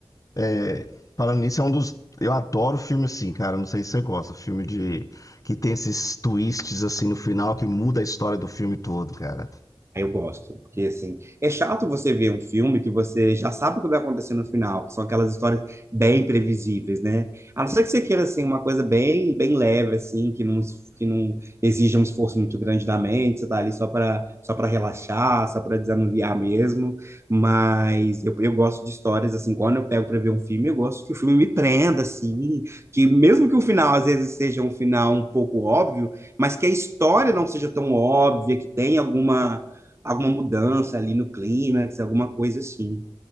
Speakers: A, on the left (about 35°); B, on the right (about 25°).
A: É, Falando nisso, é um dos. Eu adoro filme assim, cara. Não sei se você gosta. Filme de. Que tem esses twists assim no final que muda a história do filme todo, cara.
B: Aí eu gosto, porque assim, é chato você ver um filme que você já sabe o que vai acontecer no final, que são aquelas histórias bem previsíveis, né? A não ser que você queira assim uma coisa bem, bem leve assim, que não que não exija um esforço muito grande da mente, você tá ali só para só para relaxar, só para desanuviar mesmo, mas eu, eu gosto de histórias assim, quando eu pego para ver um filme, eu gosto que o filme me prenda assim, que mesmo que o final às vezes seja um final um pouco óbvio, mas que a história não seja tão óbvia, que tenha alguma alguma mudança ali no clímax, alguma coisa assim.